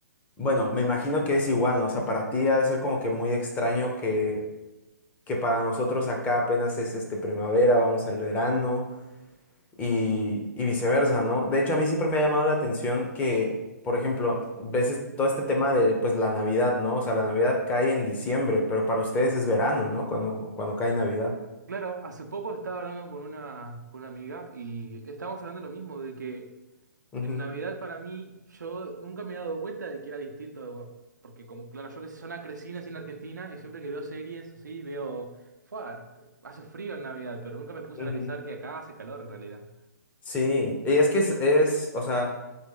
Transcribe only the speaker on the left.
bueno, me imagino que es igual, ¿no? O sea, para ti ha de ser como que muy extraño que que para nosotros acá apenas es este primavera, vamos al verano y, y viceversa, ¿no? De hecho, a mí siempre me ha llamado la atención que, por ejemplo, veces todo este tema de pues la Navidad, ¿no? O sea, la Navidad cae en diciembre, pero para ustedes es verano, ¿no? Cuando, cuando cae Navidad.
Ujú,
ujú.
Sí, y es que es, es, o sea,